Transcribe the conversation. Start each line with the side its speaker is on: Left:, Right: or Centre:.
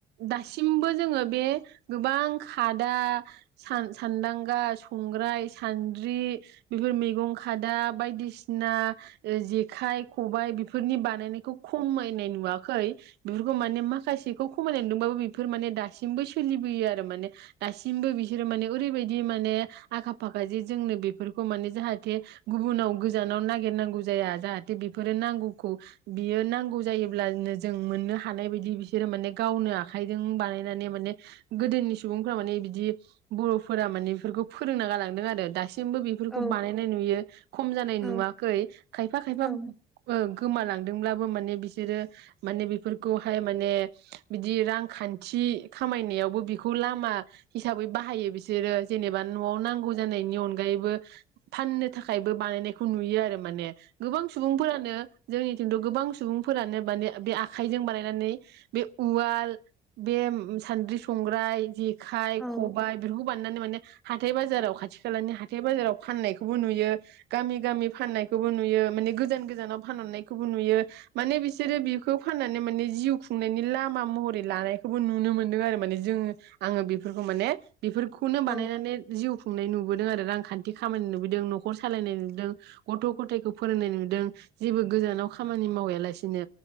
Right: दासिमबो जोङो बे गोबां खादा <unintelligible> सान्दांगा, संग्राय, सान्द्रि बेफोर मैगं खादा बायदिसिना जेखाइ- खबाइ बेफोरनि बानायनायखौ खमायनाय नुवाखै। बेफोरखौ माने माखासेखौ खमायदोंबाबो बेफोर माने दासिमबो सोलिबोयो आरो माने दासिमबो बिसोर माने ओरै <unintelligible> माने आखा- फाखा जे जोंनो बेफोरखौ माने जाहाथे गुबुनाव गोजानाव नागिरनांगौ जाया जाहाथे बेफोरो नांगौखौ बियो नांगौ जायोल्बानो जों मोननो हानाय बायदि बिसोरो माने गावनो आखाइजों बानायनानै माने गोदोनि सुबुंफ्रा माने बिदि <unintelligible> <unintelligible> माने बेफोरखौ फोरोंना गालांदों आरो दासिम बेफोरखौ
Centre: औ
Right: बानायनाय नु खम जानाय
Centre: औ
Right: नुवाखै खायफा-खायफा
Centre: औ
Right: गोमालांदोंब्लाबो माने बिसोरो माने बेफोरखौहाय माने बिदि रांखान्थि खामायनायावबो बेखौ लामा हिसाबै बाहायो बिसोर। बिसोरो जेनेबा नआव नांगौ जानायनि अनगायैबो फाननो थाखायबो बानायनायखौ नुयो आरो माने गोबां सुबुंफोरानो जोंनि खिन्थु गोबां सुबुंफोरानो माने बे आखाइजों बानायनानै बे उवाल बे सान्द्रि, संग्राय जि <unintelligible> खबाय
Centre: औ
Right: बिफोरखौ बानाय लाननानै माने हाथाय -बाजाराव खाथि खालानि हाथाय -बाजाराव फाननायखौबो नुयो। गामि-गामि फाननायखौबो नुयो माने गोजान गोजानाव फानहरनायखौबो नुयो माने बिसोरो बेखौ फाननानै माने जिउ खुंनायनि लामा महरै लानायखौबो नुनो मोनदों आरो माने जों आङो बेफोरखौ माने <unintelligible> <unintelligible>
Centre: औ
Right: बानायनानै जिउ <unintelligible> खुंनाय नुबोदों आरो रांखान्थि खामायनाय नुबोदों नखर सालायनाय नुदों गथ' गथायखौ फोरोंनाय नुदों जेबो गोजानाव खामानि मावालासिनो